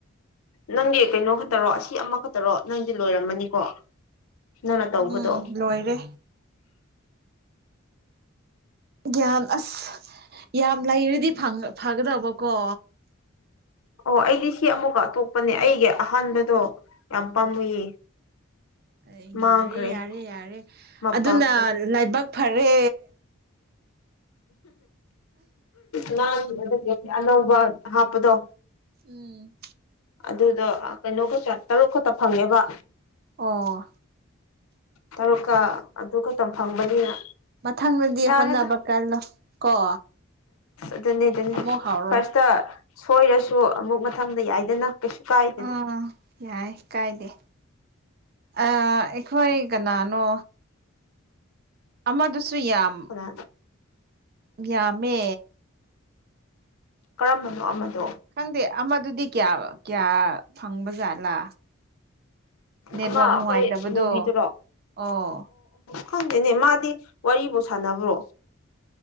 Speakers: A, on the left; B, on the right.
A: ꯅꯪꯒꯤ ꯀꯩꯅꯣ ꯈꯛꯇꯔꯣ ꯑꯁꯤ ꯑꯃꯈꯛꯇꯔꯣ ꯅꯪꯗꯤ ꯂꯣꯏꯔꯝꯃꯅꯤꯀꯣ ꯅꯪꯅ ꯇꯧꯕꯗꯣ
B: ꯎꯝ ꯂꯣꯏꯔꯦ ꯒ꯭ꯌꯥꯟ ꯑꯁ ꯌꯥꯝ ꯂꯩꯔꯗꯤ ꯐꯒꯗꯕꯀꯣ
A: ꯑꯣ ꯑꯩꯗꯤ ꯁꯤ ꯑꯃꯨꯛꯒ ꯑꯇꯣꯞꯄꯅꯦ ꯑꯩꯒꯤ ꯑꯍꯥꯟꯕꯗꯣ ꯌꯥꯝ
B: ꯎꯝ
A: ꯄꯥꯝꯃꯨꯌꯦ
B: <inaudible>
A: ꯃꯥꯡꯈ꯭ꯔꯦ
B: ꯌꯥꯔꯦ ꯌꯥꯔꯦ ꯌꯥꯔꯦ
A: ꯃꯄꯥꯛꯇꯣ
B: ꯑꯗꯨꯅ ꯂꯥꯏꯕꯛ ꯐꯔꯦ
A: ꯉꯥꯡꯈꯤꯕꯗꯒꯤ ꯑꯅꯧꯕ ꯍꯥꯞꯄꯗꯣ
B: ꯎꯝ
A: ꯑꯗꯨꯗꯣ ꯀꯩꯅꯣ ꯈꯛꯇ ꯇꯔꯨꯛ ꯈꯛꯇ ꯐꯪꯉꯦꯕ
B: ꯑꯣ
A: ꯇꯔꯨꯛꯀ ꯑꯗꯨ ꯈꯛꯇꯪ ꯐꯪꯕꯅꯤꯅ
B: ꯃꯊꯪꯗꯗꯤ
A: ꯌꯥꯔꯗ
B: ꯍꯣꯠꯅꯕ ꯀꯜꯂꯣ ꯀꯣ
A: ꯑꯗꯨꯅꯤ ꯑꯗꯨꯅꯤ
B: ꯑꯃꯨꯛ ꯍꯧꯔꯣ
A: ꯐꯔꯁꯇ ꯁꯣꯏꯔꯁꯨ ꯑꯃꯨꯛ ꯃꯊꯪꯗ ꯌꯥꯏꯗꯅ ꯀꯩꯁꯨ ꯀꯥꯏꯗꯦꯗ
B: ꯑꯥ ꯌꯥꯏ ꯀꯥꯏꯗꯦ ꯑꯥ ꯑꯩꯈꯣꯏ ꯀꯅꯥꯅꯣ ꯑꯃꯗꯨꯁꯨ ꯌꯥꯝ
A: ꯀꯅꯥ
B: ꯌꯥꯝꯃꯦ
A: ꯀꯔꯝꯕꯅꯣ ꯑꯃꯗꯣ
B: ꯈꯪꯗꯦ ꯑꯃꯗꯨꯗꯤ ꯀꯌꯥ ꯀꯌꯥ ꯐꯪꯕꯖꯥꯠꯂꯥ ꯅꯦꯠꯋꯔꯛ
A: ꯑꯃ
B: ꯅꯨꯡꯉꯥꯏꯇꯕꯗꯣ
A: ꯑꯩꯈꯣꯏ ꯃꯨꯕꯤꯗꯨꯔꯣ
B: ꯑꯣ
A: ꯈꯪꯗꯦꯅꯦ ꯃꯥꯗꯤ ꯋꯥꯨ ꯁꯥꯟꯅꯕ꯭ꯔꯣ